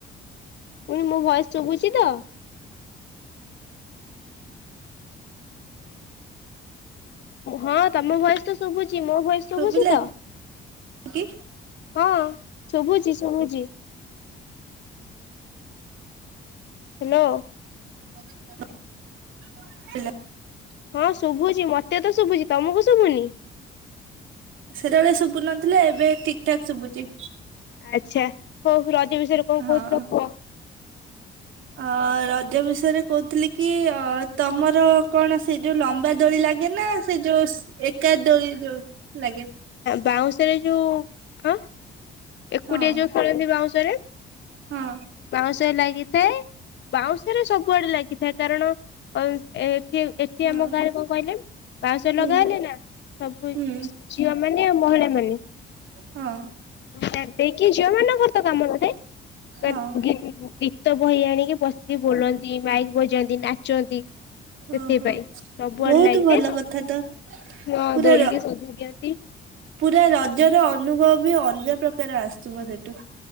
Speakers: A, on the left; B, on the right.
A: ମୁଁ କଲି ମୋ ଭୟେସ୍ ଚୁବୁଚି ତ? ହଁ ତମ ଭୟେସ୍ ତ ଶୁଭୁଚି ମୋ ଭୟେସ୍
B: ଶୁଭିଲା
A: ସୁବୁଚି ତ?
B: କି?
A: ହଁ ଶୁଭୁଚି ଶୁଭୁଚି। ହାଲୋ।
B: <inaudible>
A: ହଁ ସୁଭୁଚି ମତେ ତ ସୁଭୁଚି ତମକୁ ସୁଭୁନି?
B: ସେତେବେଳେ ଶୁଭୁନଥିଲା ଏବେ ଠିକ୍ ଠାକ୍ ସୁବୁଚି।
A: ଆଚ୍ଛା ହଉ ରଜ ବିଷୟରେ କଣ
B: ହଁ।
A: କହୁଥିଲ କୁଅ।
B: ଅ ରଜ ବିଷୟରେ କହୁଥିଲି କି ଅ ତମର କଣ ସେ ଯୋଉ ଲମ୍ବା ଦୋଳି ଲାଗେ ନା ସେ ଯୋଉ ଏକା ଦୋଳି ଯୋଉ ଲାଗେ।
A: ବାଉଁଶରେ ଯୋଉ ଆଁ। ଏକୁଟିଆ
B: ହଁ
A: ଯୋଉ ଖେଳନ୍ତି ବାଉଁଶରେ
B: ହଁ
A: ତେ ଲାଗିଥାଏ ବାଉଁଶରେ ସବୁଆଡେ ଲାଗିଥାଏ। କାରଣ ଅ ଏଠି ଏ ଏଠି
B: ହଁ।
A: ଆମ ଗାଁରେ କଣ କହିଲେ ବାଉଁଶ
B: ହୁଁ
A: ଲଗା ହୁଏନି ନା ସବୁ ଏ
B: ହୁଁ।
A: ଝିଅ ମାନେ ଆଉ ମହିଳା ମାନେ।
B: ହଁ।
A: ହଁ ଦେଇକି ଝିଅ ମାନଙ୍କର ତ କାମ କରେ।
B: ହଁ
A: <unintelligible> ଗୀତ ବହି ଆଣିକି ବସିକି ବୋଲନ୍ତି ମାଇକ୍ ବଜାନ୍ତି ନା ଚନ୍ତି। ସେଥିପାଇଁ
B: ଓହୋ
A: ସବୁଆଡେ
B: ବହୁତ
A: ଲାଗିଥାଏ
B: ଭଲ
A: ସ
B: କଥା ତ
A: ହ
B: ପୁରା
A: ଦୋଳିକି
B: ର
A: <unintelligible> ଦିଅ
B: ପୁରା ରଜର ଅନୁଭବ ବି ଅଲଗା ପ୍ରକାର ଆସୁଥିବ ସେଠୁ।